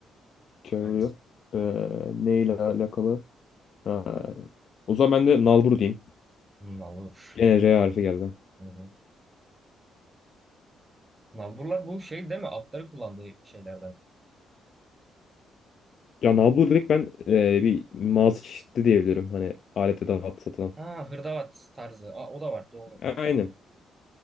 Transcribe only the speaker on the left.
şey
oluyor. Ee, neyle alakalı? Ha, o zaman ben de nalbur diyeyim.
Gene R harfi geldi.
Ya nalbur direkt ben e, bir mağaza çeşidi diyebilirim. Hani alet edat satılan.
Aynen.